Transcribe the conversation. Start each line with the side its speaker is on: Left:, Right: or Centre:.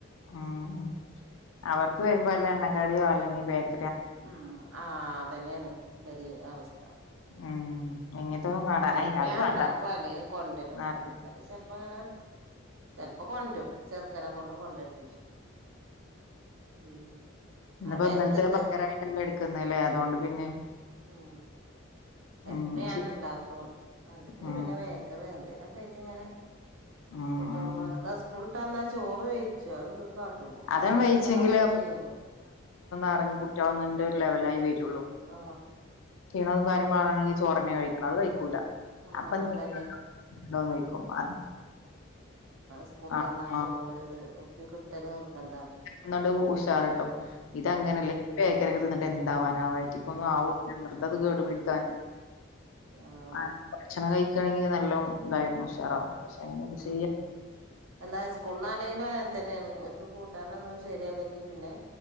Left: ഉം അവർക്ക് വരുമ്പോ വല്ല എണ്ണ ക്കടിയോ അല്ലെങ്കിൽ ബേക്
Right: ഉം ആ അതന്നേണ് ഇബരിം അവസ്ഥ
Left: ഉം ഇങ്ങനത്തൊന്നും വേണ്ട
Right: ചെൽപ്പം
Left: അയ് അത്
Right: ഞാൻണ്ടാക്കും
Left: വേണ്ട
Right: അല്ലേ കൊണ്ടരും
Left: ആഹ്
Right: എണ്ണക്കടി ചെൽപ്പം ങ്ങനേ ചെൽപ്പം കൊന്റും ചെറുക്കനെ കൊണ്ട് കൊണ്ടര്പ്പിച്ചും ഉം
Left: ഇന്നപ്പോ
Right: അവിടെ
Left: ഇന്നലത്തെ
Right: എടുത്തുണ്ട്
Left: പകരമായിട്ടല്ലേ എടുക്കുന്നെ അല്ലെ അതുകൊണ്ട് പിന്നെ
Right: ആ ചെലപ്പ
Left: ഉം
Right: ഞാനുണ്ടാക്കും
Left: ശരി
Right: അല്ലെങ്കി
Left: ഉം
Right: പിന്നെ ബേക്കറി എന്തേലൊക്കെ ആയിട്ടിങ്ങനെ
Left: ഉം
Right: സ്കൂളിട്ടെന്നാൽ
Left: ഉം
Right: എന്നാ സ്കൂളട്ടന്നാ <unintelligible> ചോറ് കഴിച്ചോ അത് കാട്ടൂല
Left: അതേം
Right: ചെല
Left: വെയിച്ചങ്കിലെ
Right: കുട്ടികൾ അങ്ങനെ ചെയ്യല്ലോ
Left: അറിഞ്ഞെ കുട്ടികളൊന്നുണ്ടൊരു ലെവലായി വരുള്ളൂ
Right: ആ
Left: ചെയ്യണത കാര്യം പറേ വാ ണെങ്കിൽ ചോറന്നെ കഴിക്കണം അത് കഴിക്കൂല
Right: ആഹ്
Left: അപ്പന്തണ്ടോന
Right: അതന്നെ
Left: <unintelligible> കയിക്കും അത്
Right: സ്കൂള
Left: ആ
Right: തന്നാ
Left: ആ
Right: ചോറ് ചെയ്ത് ഒരിക്കും കിട്ടല് നിർബ്ബന്താണെ
Left: ന്നണ്ട് ഉഷാറിട്ടും ഇതങ്ങനല്ല ബേക്കറിക്കെ തിന്നിട്ട് എന്താവാൻ റ്റക്ക ഒന്നും
Right: ആഹ്
Left: <unintelligible> ആവോ വെറുതത് കേടു
Right: ഉം
Left: പിടിക്കാനും
Right: ആഹ്
Left: ആ ഭക്ഷണം കഴിക്കയാണെങ്കിൽ നല്ല ഇതായിരുന്നു ഉഷാറാവും പക്ഷെ അയിന് ഇത്
Right: ആഹ്
Left: ചെയ്യാം
Right: എന്നാ സ്ക്കുണ്ണാനായിന തന്നെയാണ് ഒക്ക് കൂട്ടാനൊന്നും ശരിയായില്ലെങ്കിൽ പിന്നെ